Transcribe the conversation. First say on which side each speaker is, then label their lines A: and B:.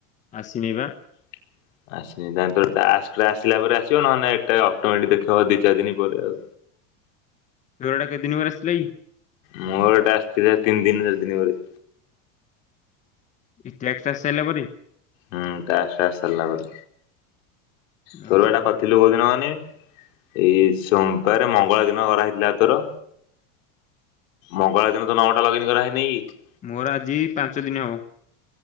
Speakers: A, on the left (about 20°); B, on the left (about 80°).
A: ଆସିନି ବା।
B: <inaudible> ଆସିନି ତାହାନେ ତୋ ଟାକ୍ସ ରା ଆସିଲା ପରେ ଆସିବ। ନହଁ ନେ ଏଇଟା ଅଟୋମେଟିକ ଦେଖେଇବ ଦି ଚାରି ଦିନ ପରେ ଆଉ।
A: ତୋର ଏଟା କେତେ ଦିନି ପରେ ଆସିଲା କି।
B: ମୋର ଏଟା ଆସିଥିଲା ତିନି ଦିନ ଚାରି ଦିନ ପରେ।
A: ଏଇ ଟ୍ୟାକ୍ସ ଆସ ସାଇଲେ ପରେ।
B: ହୁଁ ଟ୍ୟାସ୍ ଟାସ୍ ସରିଲା ପରେ। ତୋର
A: ଓହୋ
B: ଏଟା କରିଥିଲୁ କୋଉ ଦିନ କାହନି। ଏଇ ସୋମବାର ମଙ୍ଗଳା ଦିନ କରା ହେଇଥିଲା ତୋର। ମଙ୍ଗଳଳା ଦିନ ତ ନମ୍ବର ଟା ଲଗଇନ କରା ହେଇନି କି।
A: ମୋର ଆଜି ପାଞ୍ଚ ଦିନ ହବ।